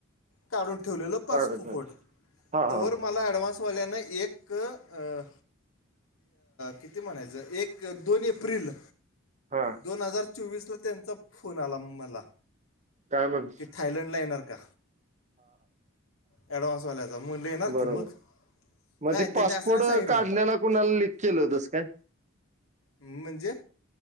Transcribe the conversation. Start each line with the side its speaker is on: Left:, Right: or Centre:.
Left: काढून ठेवलेलं, पासपोर्ट
Right: कागद पाहिजे. हा
Left: त्यावर
Right: हा
Left: मला ॲडव्हान्स वाल्यानं एक अ, किती म्हणायचं एक, दोन एप्रिल
Right: हा
Left: दोन हजार चोवीसला त्यांचा, फोन आला मला,
Right: काय म्हणून,
Left: की थायलंडला येणार का, ॲडव्हान्सवाल्याचा म्हण्टलं येणार
Right: बरोबर
Left: की मग,
Right: मग
Left: नाही
Right: ते
Left: त्यांनी
Right: पासपोर्ट
Left: असं नाही सांगितलं
Right: काढण्याला, कुणाला लिक केलं होतस काय?
Left: हम म्हणजे?